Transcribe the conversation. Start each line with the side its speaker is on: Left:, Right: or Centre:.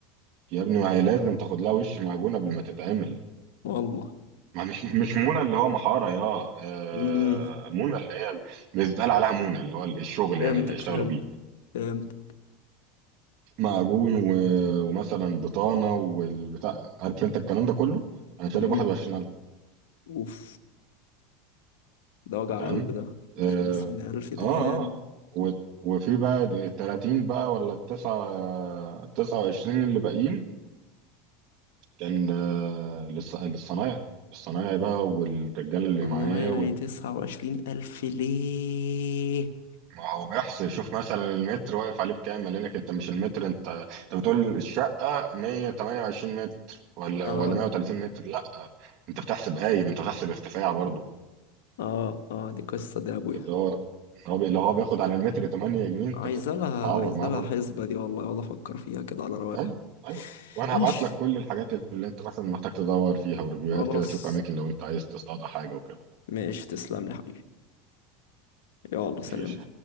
Right: يا ابني ما هي لازم تاخد لها وش معجون قبل ما تتعمل
Left: والله
Right: ما مش مش مونه اللي هو محاره يا آه
Left: امم
Right: مونه اللي هي ال- بيتقال عليها مونه اللي هو الشغل
Left: فهمتك
Right: يعني اللي هيشتغلوا
Left: فهمت
Right: بيه
Left: فهمت
Right: معجون و... ومثلا بطانه والبتاع عارف انت الكلام ده كله انا شارب
Left: امم
Right: 21000
Left: اوف ده وجع
Right: تمام
Left: قلب ده بخمسين
Right: اه
Left: ألف دهان
Right: اه آه. و... وفي بقى ال 30 بقى ولا التسعة التسعة وعشرين اللي باقيين كان آه، للص... للصنايعي الصنايعي بقى والرجال اللي
Left: طنيعي
Right: معاه وال...
Left: تسعة وعشرين ألف ليه
Right: ما هو بيحصل يشوف مثلا المتر واقف عليه بكام قال لك انت مش المتر انت انت بتقول الشقه 128 متر ولا
Left: اه
Right: ولا 130 متر لا انت بتحسب قايم انت بتحسب ارتفاع برضه
Left: اه اه دي قصة دي يا أبويا
Right: اللي هو هو بي... لو هو بياخد على المتر 8 جنيه انت
Left: عايز لها
Right: بتتعور
Left: عايز
Right: معاه
Left: لها
Right: برضه
Left: حسبة دي والله أقعد أفكر فيها كده على رواقة
Right: ايوه ايوه وانا
Left: ماشي
Right: هبعت لك كل الحاجات اللي انت مثلا محتاج تدور فيها وريفيوهات
Left: خلاص
Right: كده تشوف اماكن لو انت عايز تصطاد حاجه وكده
Left: ماشي تسلم لي حبيبي يلا
Right: ماشي
Left: سلام